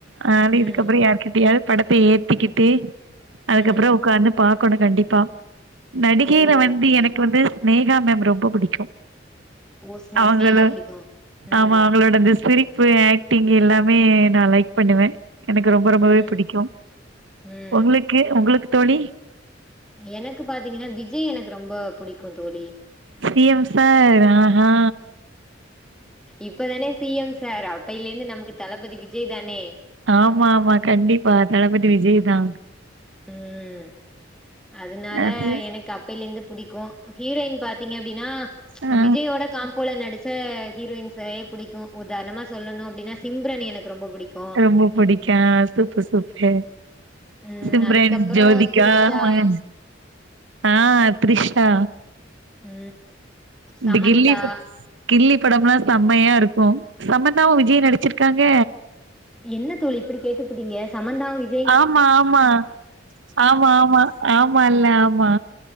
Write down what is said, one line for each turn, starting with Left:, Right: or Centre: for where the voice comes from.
Right: அதுனால
Centre: ம்
Right: இதுக்கப்பற யா்கிட்ட யாவுது படத்த ஏத்திக்கிட்டு அதுக்கப்ற
Centre: ம்
Right: உக்காந்து பாக்கணு கண்டிப்பா நடிகைல
Centre: ஓ
Right: வந்து
Centre: ஓகே
Right: எனக்கு வந்து சினேகா மேம் ரொம்ப புடிக்கு
Centre: ஓ ஸ்னே
Right: அவங்கள
Centre: ஸ்னேகா புடிக்கு ம்
Right: ஆமா அவங்ளோட இந்த சிரி இப்ப ஆக்டிங் எல்லாமே நா லைக் பண்ணுவ எனக்கு ரொம்ப ரொம்பவே
Centre: ம்
Right: புடிக்
Centre: ம்
Right: ஒங்ளுக்கு ஒங்ளுக்கு தோழி
Centre: எனக்கு பாத்தீங்கனா விஜய் எனக்கு ரொம்ப புடிக்கு தோழி
Right: சிஎம் சார் ஆஹா
Centre: இப்பதான சிஎம் சார் அப்பேலிந்து நமக்கு தளபதி விஜய் தானே
Right: ஆமா ஆமா கண்டிப்பா தளபதி விஜய்தா
Centre: ம் அதுனால
Right: அது
Centre: எனக்கப் அப்பைலேருந்து புடிக்கு ஹீரோயின் பாத்தீங்க அப்டின்னா
Right: ஆ
Centre: விஜயோட காம்ப்போல நடிச் ச்ச ஹீரோயின்ஸ்ஸயே புடிக்கு உதார்ணமா சொல்லணு அப்டின்னா சிம்ரன் எனக்கு ரொம்ப புடிக்கு
Right: ரொம்ப புடிக்கு சூப்பு சூப்பு
Centre: ம்
Right: சிம்ரன்
Centre: அதுக்கப்புறோ
Right: ஜோதிகா
Centre: த்ரிஷா
Right: அவங்க ஆ த்ரிஷா
Centre: ம் சமந்தா
Right: ந்த கில்லி ப கில்லி படம்ல்லா செம்மையா இருக்கு சமந்தாவு விஜயு நடிச்சிருக்காங்க
Centre: என்ன தோழி இப்டி கேட்டுபுட்டீங்க சமந்தாவு வி
Right: ஆமா ஆமா ஆமா ஆமா ஆமால்ல ஆமா